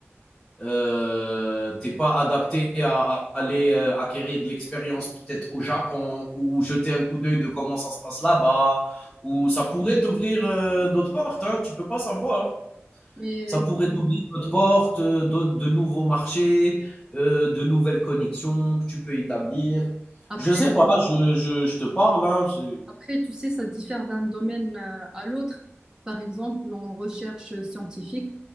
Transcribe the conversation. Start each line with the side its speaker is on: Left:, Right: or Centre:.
Centre: euh, t'es pas adapté à, à aller euh, acquérir de l'expérience peut-être au Japon ou jeter un coup d'œil de comment ça se passe là-bas ou ça pourrait t'ouvrir euh, d'autres portes, hein, tu ne peux pas savoir.
Right: Mais
Centre: Ça pourrait t'ouvrir d'autres portes, euh, d'autres- de nouveaux marchés, euh, de nouvelles connexions que tu peux établir.
Right: après.
Centre: Je sais pas, je, je, je te parle, hein, c'est-
Right: Après, tu sais, ça diffère d'un domaine euh, à l'autre. Par exemple, en recherche scientifique,